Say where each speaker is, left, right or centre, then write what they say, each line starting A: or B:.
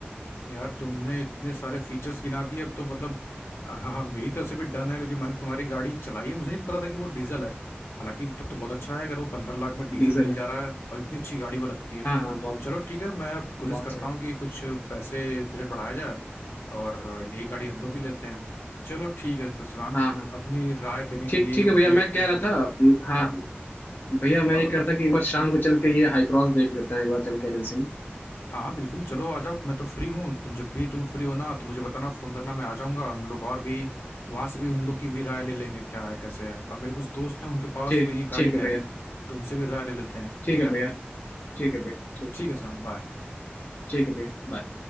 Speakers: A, on the left; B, on the left.
A: यार तुमने इतने सारे फीचर्स गिना दिए अब तो मतलब हाँ हाँ, मेरी तरफ से भी डन है क्योंकि मैंने तुम्हारी गाड़ी चलाई है मुझे नहीं पता था कि वो डीजल है हालांकि तब तो बहुत अच्छा है अगर वो पंद्रह लाख में डीजल
B: डीजल
A: मिल
B: है
A: जा रहा है और इतनी अच्छी गाड़ी वो लगती है
B: हाँ हाँ बहुत
A: तो चलो ठीक है मैं अब कोशिश
B: बहुत
A: करता
B: सही
A: हूँ कि कुछ पैसे बजट बढ़ाया जाए और यही गाड़ी हम लोग भी लेते हैं चलो ठीक है शिवांग
B: हाँ हाँ
A: अपनी राय देने के
B: ठीक
A: लिए
B: ठीक
A: मुझे
B: है भैया मैं
A: इतने
B: कह
A: वैल्यूबल
B: रहा था हम्म, हाँ
A: हाँ
B: भैया
A: बताओ
B: मैं ये
A: बताओ
B: कह रहा था कि एक बार शाम को चल के ये हाई क्रॉस देख लेते हैं एक बार चल के एजेंसी में
A: हाँ हाँ बिल्कुल चलो आ जाओ मैं तो फ्री हूँ तुम जब भी तुम फ्री हो ना तो मुझे बताना फोन करना मैं आ जाऊंगा हम लोग और भी वहां से भी उन लोग की भी राय ले लेंगे क्या है कैसे है और मेरे कुछ दोस्त हैं उनके पास
B: ठीक
A: वो ये गाड़ी
B: ठीक है
A: है
B: भैया
A: तो उनसे भी राय ले लेते हैं
B: ठीक
A: ठीक
B: है
A: है
B: भैया ठीक है भैया ठीक
A: ठीक है सर बाय
B: ठीक है भैया बाय